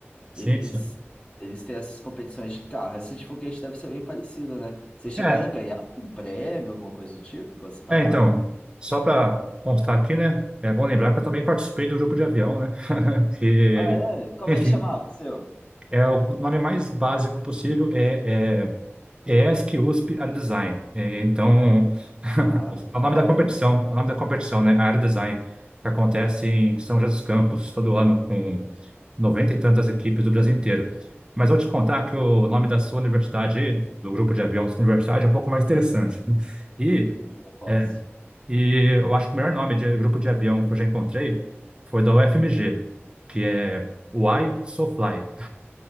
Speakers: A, on the right; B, on the left.
A: Sim,
B: eles,
A: sim.
B: eles têm essas competições de carro. Essa de foguete deve ser bem parecida, né? Vocês chegaram
A: É,
B: a ganhar um prêmio, alguma coisa do tipo, quando você estava
A: é, então,
B: lá?
A: só para constar aqui, né? É bom lembrar que eu também participei do grupo de avião, né? que,
B: Ah, é? Como
A: enfim,
B: é que chamava o seu?
A: é o nome mais básico possível é, é é ESC USP Aero Design. É, então, <laughs>
B: Ah, legal,
A: é o nome da competição,
B: velho. legal.
A: é o nome da competição, né? Aero Design, que acontece em São José dos Campos todo ano com noventa e tantas equipes do Brasil inteiro. Mas vou te contar que o nome da sua universidade, aí, do grupo de aviões da sua universidade, é um pouco mais interessante. <laughs> E
B: O Force.
A: é, e eu acho que o melhor nome de grupo de avião que eu já encontrei foi da UFMG, que é Why So Fly.